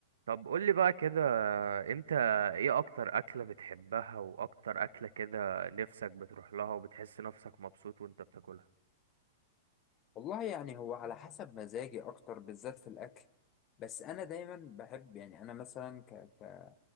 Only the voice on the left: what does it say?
والله يعني هو على حسب مزاجي اكتر بالذات في الاكل بس انا دايما بحب يعني انا مثلا ك ك